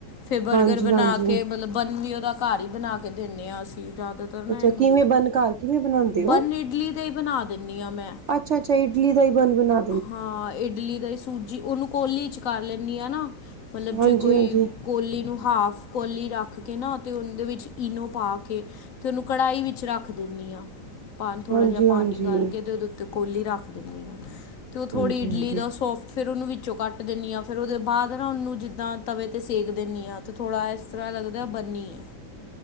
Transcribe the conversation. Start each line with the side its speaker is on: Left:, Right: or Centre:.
Left: ਫਿਰ ਬਰਗਰ
Right: ਹਾਂਜੀ
Left: ਬਣਾ
Right: ਹਾਂਜੀ
Left: ਕੇ ਮਤਲਬ ਬਨ ਵੀ ਉਹਦਾ ਘਰ ਈ ਬਣਾ ਕੇ ਦਿੰਦੇ ਆ ਅਸੀਂ ਜ਼ਿਆਦਾਤਰ ਨਾ
Right: ਅੱਛਾ
Left: ਇਹਨੂੰ,
Right: ਕਿਵੇਂ ਬਨ ਘਰ ਕਿਵੇਂ ਬਣਾਉਂਦੇ
Left: ਬਨ ਇਡਲੀ ਦਾ ਹੀ ਬਣਾ ਦਿੰਨੀ ਆ ਮੈਂ
Right: ਅੱਛਾ ਅੱਛਾ ਇਡਲੀ ਦਾ ਈ ਮੰਨ ਬਣ ਬਣਾ।
Left: ਹਾਂ ਇਡਲੀ ਦਾ ਈ ਸੂਜ ਜੀ ਉਹਨੂੰ ਕੋਲੀ 'ਚ ਕਰ ਲੈਂਨੀ ਆ ਨਾ ਮਤਲਬ
Right: ਹਾਂਜੀ-ਹਾਂਜੀ,
Left: ਜੇ ਕੋਈ ਕੋਲੀ ਨੂੰ ਹਾਫ ਕੋਲੀ ਰੱਖ ਕੇ ਨਾ ਅਤੇ ਉਹਦੇ ਵਿੱਚ ਈਨੋ ਪਾ ਕੇ, ਤੇ ਉਹਨੂੰ ਕੜਾਹੀ ਵਿੱਚ ਰੱਖ ਦਿੰਨੀ ਆ। ਪਾ ਥੋੜ੍ਹਾ
Right: ਹਾਂਜੀ-ਹਾਂਜੀ,
Left: ਜਿਹਾ ਪਾਣੀ ਕਰਕੇ ਤੇ ਉਹਦੇ ਉੱਤੇ ਕੋਲੀ ਰੱਖ ਦਿੰਦੀ ਆ ਤੇ ਉਹ ਥੋੜ੍ਹੀ
Right: ਹਾਂਜੀ-ਹਾਂਜੀ।
Left: ਇਡਲੀ ਦਾ ਸੋਫਟ ਫਿਰ ਉਹਨੂੰ ਵਿੱਚੋਂ ਕੱਟ ਦਿੰਨੀ ਆਫਿਰ ਉਹਦੇ ਬਾਅਦ ਨਾ ਉਹਨੂੰ ਜਿੱਦਾਂ ਤਵੇ ਤੇ ਸੇਕ ਦਿੰਨੀ ਆ। ਤੇ ਥੋੜ੍ਹਾ ਇਸ ਤਰ੍ਹਾਂ ਲਗਦਾ ਬਣੀ ਐ।